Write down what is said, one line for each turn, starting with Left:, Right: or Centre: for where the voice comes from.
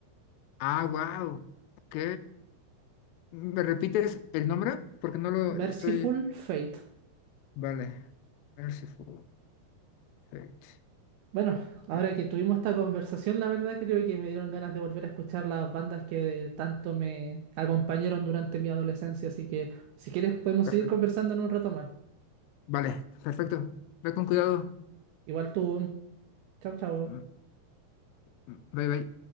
Left: Ah, wow, ok. ¿Me repites el nombre? Porque no lo
Right: Merciful
Left: estoy.
Right: Fate.
Left: Vale, Merciful Fate.
Right: Bueno, ahora
Left: Eh, eh,
Right: que tuvimos esta conversación, la verdad creo que me dieron ganas de volver a escuchar las bandas que tanto me acompañaron durante mi adolescencia, así que si quieres podemos
Left: Perfecto.
Right: seguir conversando en un rato más.
Left: Vale, perfecto. Ve con cuidado.
Right: Igual tú. Chao, chao.
Left: Mm, mm, Bye, bye.